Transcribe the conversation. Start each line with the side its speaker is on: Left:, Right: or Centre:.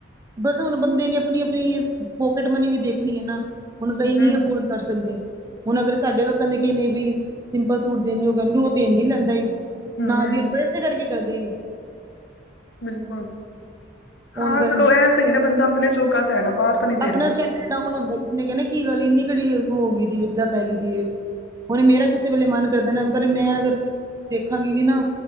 Right: ਬਸ ਹੁਨ ਬੰਦੇ ਨੇ ਆਪਨੀ-ਆਪਨੀ ਪੋਕਟ ਮਨੀ ਵੀ ਦੇਖਨੀ ਐ ਨਾ। ਕੋਈ
Left: ਹੂੰ
Right: ਨੀ ਅਫੋਰਡ ਕਰ ਸਕਦੇ। ਹੁਣ ਅਗਰ ਸਾਡੇ ਲੋਕਾ ਨੇ ਕਿੰਨੇ ਵੀ ਸਿੰਪਲ ਸੂਟ ਦੇਣੇ ਜਾਣਗੇ ਉਹ ਤੇ ਇੰਨੇ ਲੈਂਦੇ
Left: ਹੂੰ
Right: ਨਾ ਜੀ ਆਪਾਂ ਇਸੇ ਕਰਕੇ ਕਰਦੇ ਨੀ।
Left: ਬਿਲਕੁਲ,
Right: ਫੋਨ
Left: ਹਾਂ
Right: ਕਰਨ
Left: ਚਲੋ ਇਹ ਸਹੀ ਨਾ ਬੰਦਾ ਆਪਣੇ ਜੋਗਾ ਤਾਂ ਹੈ ਨਾ ਬਾਹਰ ਤਾਂ ਨਹੀਂ ਦੇ
Right: ਆਪਣਾ
Left: ਰਹੇ
Right: ਸਟੈਂਡਰਡ
Left: ਹਨ
Right: ਡਾਊਨ ਹੁੰਦਾ ਜੀ, ਕਿਸ ਨੇ ਕਹਿਣਾ ਕੀ ਗੱਲ ਇੰਨੀ ਕਿਹੜੀ ਹੋ ਗਈ ਵਿਭਦਾ ਪੈ ਗਈ ਸੀ ਇਹ ਹੁਣ ਮੇਰਾ ਕਿਸੇ ਵੇਲੇ ਮਨ ਕਰਦਾ ਨਾ ਪਰ ਮੈਂ ਅਗਰ ਦੇਖਾਂਗੀ ਵੀ ਨੀ ਨਾ